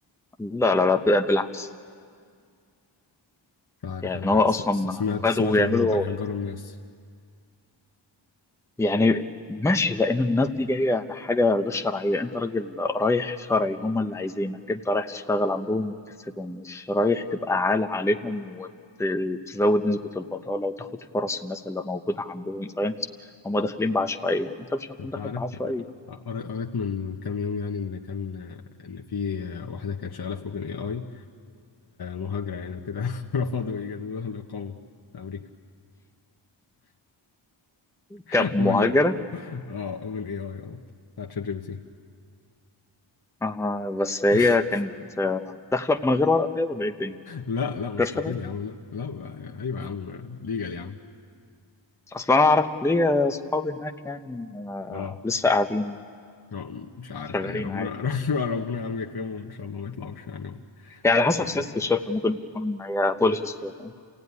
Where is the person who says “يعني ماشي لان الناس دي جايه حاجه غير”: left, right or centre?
Centre